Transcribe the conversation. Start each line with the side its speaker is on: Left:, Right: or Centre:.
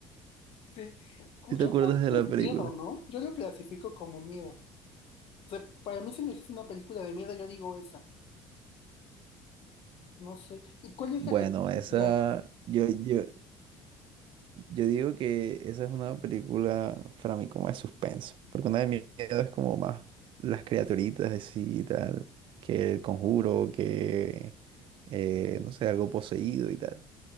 Left: Sí. Cu-
Right: ¿Sí te
Left: Yo
Right: acuerdas
Left: creo
Right: de
Left: que
Right: la
Left: es
Right: película?
Left: miedo, ¿no? Yo lo clasifico como miedo. O sea, para mí si me dices una película de miedo, yo digo esa. No sé. ¿Y cuál es
Right: Bueno,
Left: la que tú me
Right: esa,
Left: decías?
Right: yo, yo, yo digo que esa es una película para mí como de suspenso, porque una de mis miedo es como más las criaturitas así y tal, que el conjuro, que, eh, no sé, algo poseído y tal.